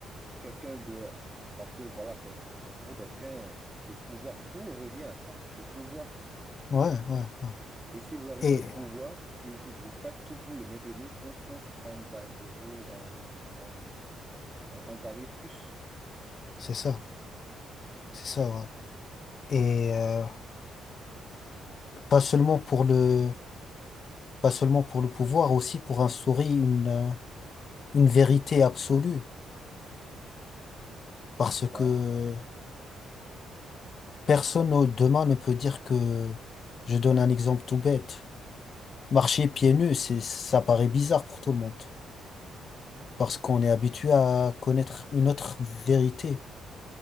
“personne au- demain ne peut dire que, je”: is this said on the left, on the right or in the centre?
Left